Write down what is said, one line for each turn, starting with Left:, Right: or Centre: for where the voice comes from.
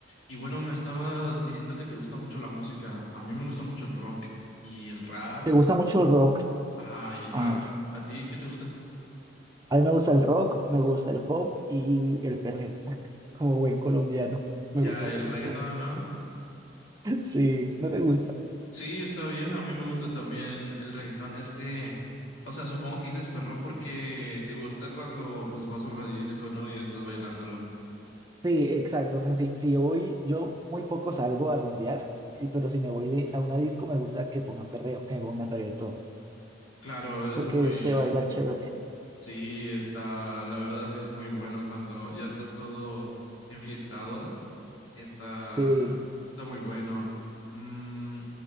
Left: Y bueno, me estabas diciendo que te gusta mucho la música. A mí me gusta mucho el rock y el rap.
Right: ¿Te gusta mucho el rock?
Left: Ajá, y el rap.
Right: A ver,
Left: ¿A ti qué te gusta?
Right: a mí me gusta el rock, me gusta el pop y el perreo. <laughs> Como buen colombiano, me
Left: Ya,
Right: gusta el
Left: el
Right: reggaetón.
Left: reggaetón, ¿no?
Right: <laughs> Sí, ¿no te gusta?
Left: Sí, está bien. A mí me gusta también el reggaetón. Es que, o sea, supongo que dices perro porque te gusta cuando pues vas a una disco, ¿no? Y estás bailándolo.
Right: Sí, exacto. O sea, si si yo voy, yo muy poco salgo a rumbear, sí, pero si me voy de- a una disco me gusta que pongan perreo, que me pongan reggaetón,
Left: Claro, es
Right: porque
Left: muy...
Right: se baila chévere.
Left: Sí, está... La verdad sí es muy bueno cuando ya estás todo enfiestado Está,
Right: Sí,
Left: es- está muy bueno. Mm,